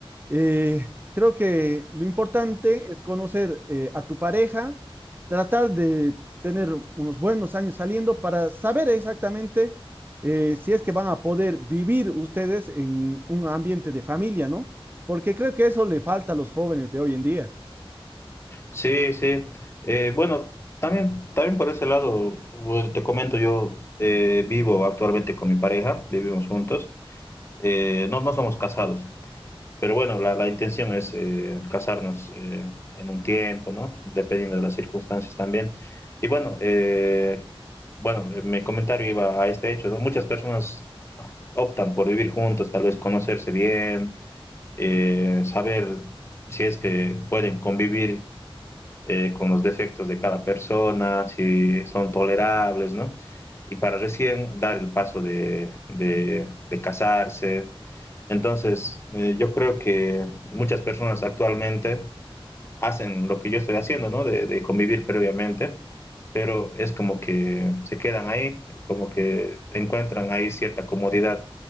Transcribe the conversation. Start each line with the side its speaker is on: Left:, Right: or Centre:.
Right: Eh, creo que lo importante es conocer eh, a tu pareja, tratar de tener unos buenos años saliendo para saber exactamente eh, si es que van a poder vivir ustedes en un ambiente de familia, ¿no? Porque creo que eso le falta a los jóvenes de hoy en día.
Left: Sí, sí. Eh, bueno, también, también por ese lado, bueno, te comento, yo eh, vivo actualmente con mi pareja, vivimos juntos, Eh, no, no somos casados, pero bueno, la, la intención es eh, casarnos eh, en un tiempo, ¿no? Dependiendo de las circunstancias también. Y bueno, eh, bueno, mi comentario iba a este hecho, ¿no? Muchas personas optan por vivir juntos, tal vez conocerse bien, eh, saber si es que pueden convivir eh, con los defectos de cada persona, si son tolerables, ¿no? Y para recién dar el paso de, de, de casarse. Entonces, eh, yo creo que muchas personas actualmente hacen lo que yo estoy haciendo, ¿no? De, de convivir previamente, pero es como que se quedan ahí, como que encuentran ahí cierta comodidad